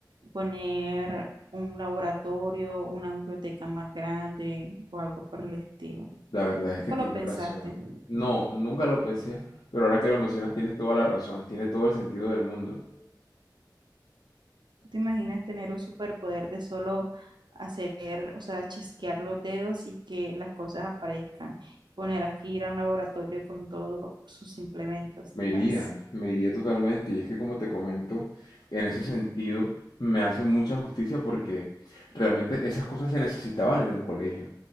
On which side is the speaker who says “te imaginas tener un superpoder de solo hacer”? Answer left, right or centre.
Right